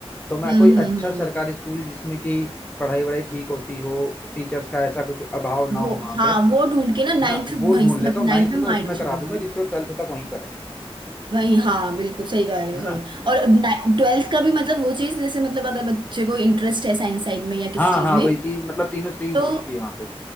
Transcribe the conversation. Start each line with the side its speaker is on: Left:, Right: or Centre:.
Left: तो मैं
Right: हम्म
Left: कोई अच्छा
Right: हम्म हम्म
Left: सरकारी स्कूल जिसमें कि पढ़ाई वढ़ाई ठीक होती हो टीचर्स का ऐसा कुछ अभाव ना हो
Right: वो
Left: वहाँ
Right: हाँ
Left: पे
Right: वो ढूंढ के ना
Left: है
Right: नाइन्थ
Left: ना वो
Right: वहीं
Left: ढूंढ
Right: मतलब
Left: लेता हूँ
Right: नाइन्थ
Left: नाइन्थ
Right: में वहाँ
Left: में उसमें
Right: एडमिशन
Left: करा
Right: दिला
Left: दूंगा
Right: लो
Left: जिससे वो ट्वेल्थ तक वहीं पर है
Right: वहीं हाँ बिल्कुल सही कह रहे हो
Left: है
Right: सही
Left: ना
Right: और ट्वेल्थ का भी मतलब वो चीज़ जैसे मतलब अगर बच्चे को इंटरेस्ट है साइंस साइड में या
Left: हाँ
Right: किसी चीज़
Left: हाँ
Right: में
Left: वही तीन मतलब तीनों स्ट्रीम
Right: तो
Left: होनी चाहिए वहाँ पे